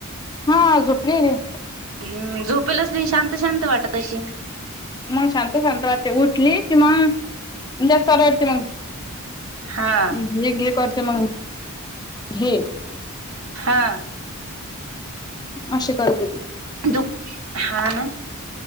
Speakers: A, on the left (about 20°); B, on the right (about 70°).
A: हा झोपलीय ती.
B: हम्म.. झोपेल असली की शांत शांत वाटत अशीन.
A: मग शांत शांत वाटते. उठली कि मग जास्त रडते मग,
B: हा.
A: घे-घे करते मग, घे.
B: हा
A: अशी करते ती.
B: दु हा ना,